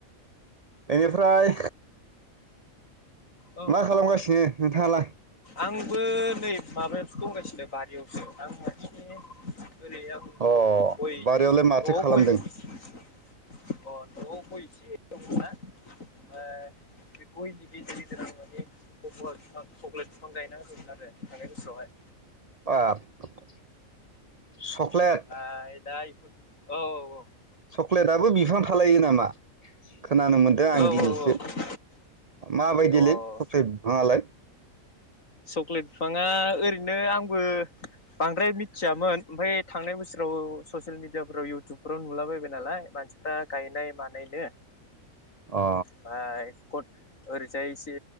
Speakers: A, on the right (about 65°); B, on the left (about 65°).
A: एनिफ्राय
B: औ नोंथां
A: मा खालामगासिनो नोंथाङालाय
B: आंबो नै माबायावसो दंगासिनो बारियावसो आं माने ओरै आं
A: अ
B: गय
A: बारियावलाय माथो
B: न'आव
A: खालामदों
B: गय अ न'आव गय <unintelligible> दङ'ना ओमफाय बे गयनि बिजि जो माने फकवा बिफां चक्लेट बिफां गायना होदोंमोन आरो थांनाय बोसोरावहाय
A: बाब सक्लेट
B: ओमफ्राय दा बेफोर औ औ औ
A: चक्लेटआबो बिफां थालायो नामा खोनानो मोनदों आं
B: औ
A: दिनैसो
B: औ
A: मा बायदिलै
B: औ अ
A: सबसे बिफाङालाय?
B: चक्लेट बिफाङा ओरैनो आंबो बांद्राय मि थियामोन ओमफाय थांनाय बोसोराव ससियेल मिडियाफ्राव इउटुबफोराव नुलाबायबाय नालाय मानसिफ्रा गायनाय मानायनो
A: अ
B: बाय कट ओरैजाय एसे